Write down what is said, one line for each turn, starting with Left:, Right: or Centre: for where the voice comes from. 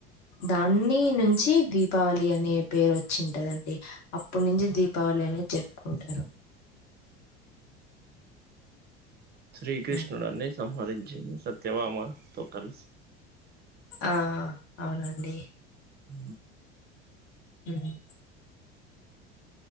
Left: దాన్ని నుంచి దీపావళి అనే పేరు వచ్ చింటదండి, అప్పుటి నుంచి దీపావళి అనేది జరుపుకుంటారు.
Right: శ్రీకృష్ణుడండి.
Left: ఉమ్,
Right: సంహరించింది సత్యభమతో కలిసి
Left: ఆ అవునండి
Right: అ
Left: ఎడికి